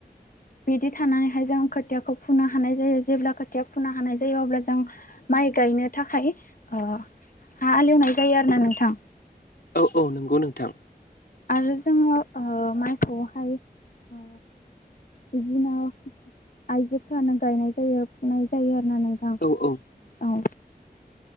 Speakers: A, on the left (about 60°); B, on the left (about 75°).
A: बिदि थानानैहाय जों खोथियाखौ फुनो हानाय जायो जेब्ला खोथिया फुनो हानाय जायो अब्ला जों माइ गायनो थाखाय ओ हालेवनाय जायो आरो ना नोंथां।
B: औ औ नंगौ नोंथां
A: आरो जोङो ओ माइखौहाय ओ बिदिनो आयजोफोरानो गायनाय जायो फुनाय जायो आरो ना नों थां
B: औ औ
A: औ